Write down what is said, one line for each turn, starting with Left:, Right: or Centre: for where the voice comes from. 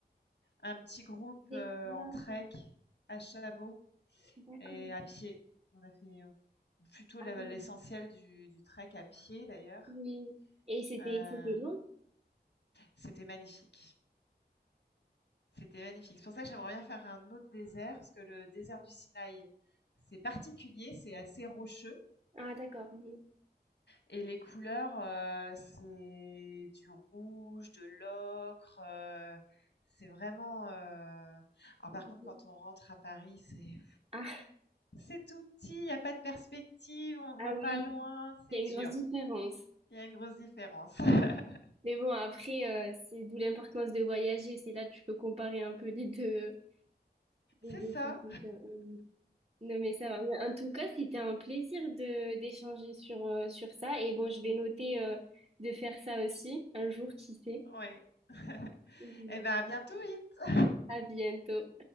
Left: un petit groupe
Right: C'est
Left: euh,
Right: bien,
Left: en trek
Right: ok.
Left: à chameau
Right: D'accord.
Left: et à pied. On a fait euh, plutôt
Right: Ah
Left: l'essentiel
Right: oui.
Left: du, du trek à pied d'ailleurs.
Right: Oui. Et c'était
Left: Euh,
Right: c'était long?
Left: c'était magnifique. C'était magnifique. C'est pour ça que j'aimerais bien faire un autre désert, parce que le désert du Sinaï, c'est particulier, c'est assez rocheux.
Right: Ah, d'accord. oui.
Left: Et les couleurs, euh, c'est du rouge, de l'ocre. euh, c'est vraiment. euh, Alors
Right: Mhm.
Left: par contre, quand on rentre à Paris, c'est
Right: Ah,
Left: C'est tout petit, il y a pas de perspective, on ne
Right: ah
Left: voit pas
Right: oui,
Left: loin, c'est
Right: il y a
Left: dur.
Right: une grosse différence.
Left: Il y a une grosse différence. <laughs>
Right: Mais bon, après, euh, c'est d'où l'importance de voyager. C'est là que tu peux comparer un peu les deux, les
Left: C'est
Right: deux
Left: ça,
Right: situations. Non, mais ça va. Mais En tout cas, c'était un plaisir de d'échanger sur, euh, sur ça. Et bon, je vais noter euh, de faire ça aussi un jour, qui sait.
Left: Oui. <laughs>
Right: Mhm.
Left: Et ben, à bientôt, Lynn.
Right: À bientôt.